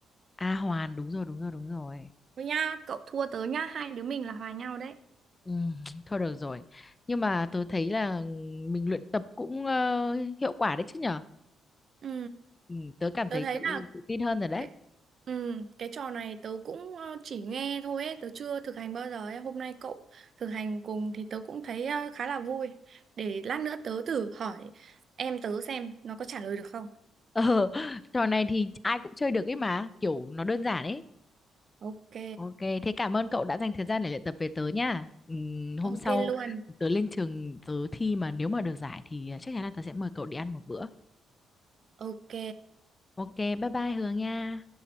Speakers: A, on the left (about 20°); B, on the right (about 55°).
A: A Hoàn đúng rồi, đúng rồi, đúng rồi.
B: Thôi nha, cậu thua tớ nhá, hai đứa mình là hòa nhau đấy.
A: Ừ, thôi được rồi. Nhưng mà tớ thấy là mình luyện tập cũng ờ, hiệu quả đấy chứ nhở?
B: Ừ,
A: Ừ, tớ cảm
B: tớ
A: thấy
B: thấy
A: tự
B: là
A: tự tin hơn rồi đấy.
B: Cái,
A: <laughs>
B: ừ, cái trò này tớ cũng ờ, chỉ nghe thôi ấy, tớ chưa thực hành bao giờ ấy. Hôm nay cậu thực hành cùng thì tớ cũng thấy ờ, khá là vui. Để lát nữa tớ thử hỏi em tớ xem nó có trả lời được không.
A: Ờ, trò này thì ai cũng chơi được ấy mà, kiểu nó đơn giản ấy.
B: Ok,
A: Ok, thế cảm ơn cậu đã dành thời gian để luyện tập về tớ nha. Ừm, hôm
B: ok
A: sau
B: luôn.
A: tớ lên trường tớ thi mà nếu mà được giải thì à, chắc chắn là tớ sẽ mời cậu đi ăn một bữa.
B: Ok.
A: Ok, bye bye Hường nha.